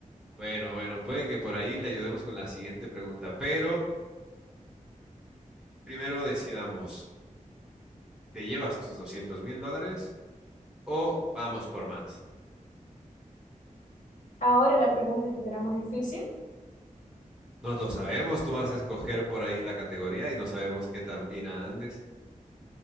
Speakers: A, in the centre; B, on the left.
A: Bueno, bueno, puede que por ahí le ayudemos con la siguiente pregunta, pero... Primero decidamos, ¿te llevas tus doscientos mil dólares o vamos por más?
B: Ahora la pregunta que será más difícil.
A: No lo sabemos, tú vas a escoger por ahí la categoría y no sabemos qué tan fina andes.